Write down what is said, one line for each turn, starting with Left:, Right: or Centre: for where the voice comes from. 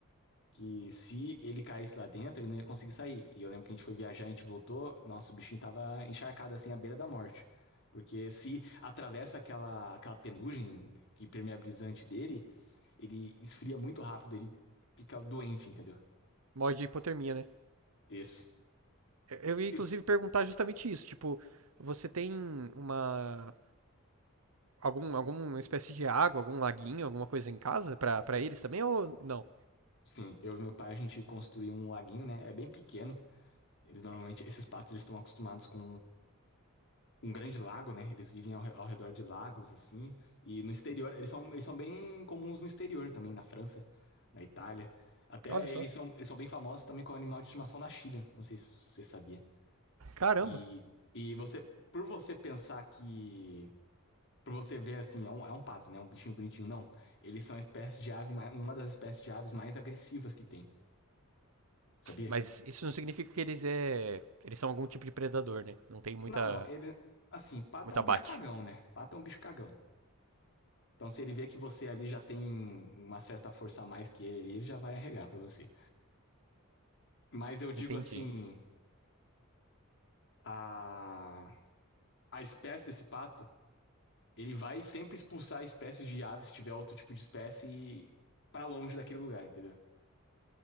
Left: que se ele caísse lá dentro, ele não ia conseguir sair. E eu lembro que a gente foi viajar, a gente voltou, nossa, o bichinho tava encharcado assim à beira da morte. Porque se atravessa aquela, aquela penugem que permeabilizante dele, ele esfria muito rápido, ele fica doente, entendeu?
Right: Mod de hipotermia, né?
Left: Isso.
Right: Eu ia
Left: Isso.
Right: inclusive perguntar justamente isso, tipo, você tem uma algum alguma espécie de água, algum laguinho, alguma coisa em casa pra para eles também ou não?
Left: Sim, eu e meu pai a gente construiu um laguinho, né? É bem pequeno. Eles normalmente, esses patos, eles estão acostumados com um grande lago, né? Eles vivem ao, re- ao redor de lagos, assim. E no exterior, eles são, eles são bem comuns no exterior também, na França, na Itália. Até
Right: Olha só.
Left: eles são, eles são bem famosos também com animal de estimação na China. Não sei se você sabia.
Right: Caramba.
Left: E, e você, por você pensar que. Por você ver assim, é um, é um pato, né? Um bichinho bonitinho, não. Eles são a espécie de ave, mai- uma das espécies de aves mais agressivas que tem, sabia?
Right: Mas isso não significa que eles é eles são algum tipo de predador, né? Não tem muita
Left: Não, não, ele. Assim, pato
Right: muita
Left: é um bicho
Right: bate.
Left: cagão, né? Pato é um bicho cagão. Então, se ele vê que você ali já tem uma certa força a mais que ele, ele já vai arregar pra você. Mas eu digo
Right: Entendi.
Left: assim, a a espécie desse pato, ele vai sempre expulsar espécies de ave se tiver outro tipo de espécie pra longe daquele lugar, entendeu?